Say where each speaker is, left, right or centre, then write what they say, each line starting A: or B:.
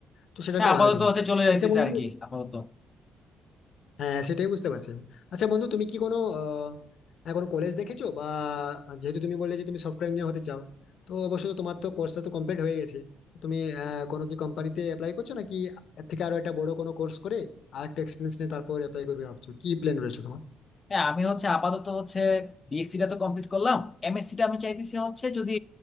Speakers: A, on the left; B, on the left.
A: তো সেটা
B: হ্যাঁ
A: একটা
B: আপাতত
A: ভালো জিনিস
B: হচ্ছে চলে যাইতেছে
A: আচ্ছা বন্ধু
B: আর কি আপাতত
A: হ্যাঁ সেটাই বুঝতে পারছি আমি। আচ্ছা বন্ধু তুমি কি কোনো আহ, হ্যাঁ, কোনো কলেজ দেখেছো বা যেহেতু তুমি বললে যে তুমি সফটওয়্যার ইঞ্জিনিয়ার হতে চাও তো অবশ্যই তোমার তো কোর্সটা তো কমপ্লিট হয়ে গেছে তুমি আহ, কোনো কি কোম্পানিতে অ্যাপ্লাই করছো নাকি এর থেকে আরো একটা বড় কোনো কোর্স করে আর একটু এক্সপিরিয়েন্স নিয়ে তারপর অ্যাপ্লাই করবে ভাবছো কি প্ল্যান রয়েছে তোমার
B: হ্যাঁ আমি হচ্ছে আপাতত হচ্ছে বিএসসি টা তো কমপ্লিট করলাম এমএসসি টা আমি চাইতেছি হচ্ছে যদি